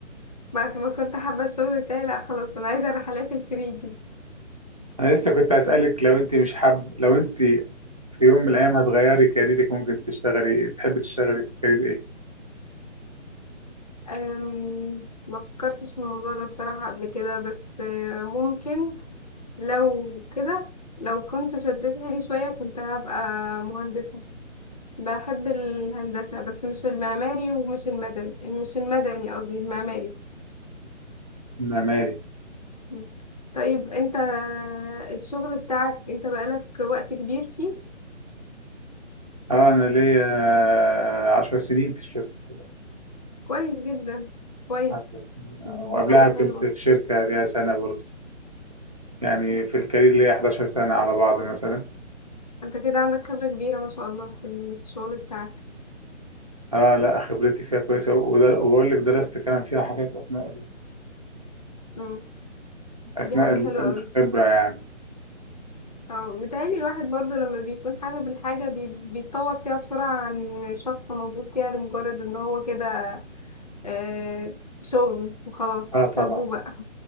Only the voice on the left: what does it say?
بعد ما كنت حابة الشغل بتاعي لا خلاص انا عايزة الرحلات الفري دي
أم... ما فكرتش في الموضوع ده بصراحة قبل كده بس آه، ممكن لو كده لو كنت شدت حيلي شوية كنت هبقى مهندسة بحب الهندسة بس مش المعماري ومش المدني مش المدني قصدي المعماري
م. طيب انت الشغل بتاعك انت بقالك وقت كبير فيه
كويس جدا كويس
دي,
دي حاجة
حلوة
انت كده عندك خبرة كبيرة ما شاء الله في ال- في الشغل بتاعك
مم.
دي حاجة
حلوة
قوي
اه متهيألي الواحد برضو لما بيكون حابب الحاجة بي... بيتطور فيها بسرعة عن شخص موجود فيها لمجرد ان هو كده آه شغل وخلاص
سابوه بقى